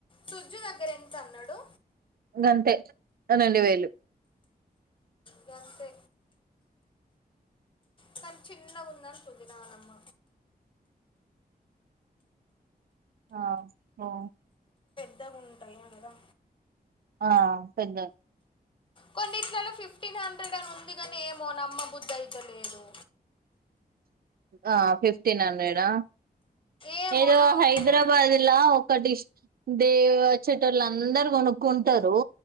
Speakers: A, on the left; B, on the right.
A: సుజ్జు దగ్గర ఎంత అన్నాడు
B: ఇంగ అంతే రెండు వేలు
A: గంతే కాని చిన్న గుందంటుంది నానమ్మ
B: ఆ ఓ
A: పెద్దగుంటై అనగా
B: ఆ పెద్ద
A: కొన్నిట్లలో ఫిఫ్టీన్ హండ్రెడ్ అని ఉంది గాని, ఏమో నమ్మబుద్దైత లేదు.
B: ఆ ఫిఫ్టీన్ హండ్రెడా
A: ఏమో
B: ఏదో
A: నమ్మ
B: హైదరాబాద్ లా ఒకటి దేవోచెటోల్లు అందరు కొనుక్కుంటరు,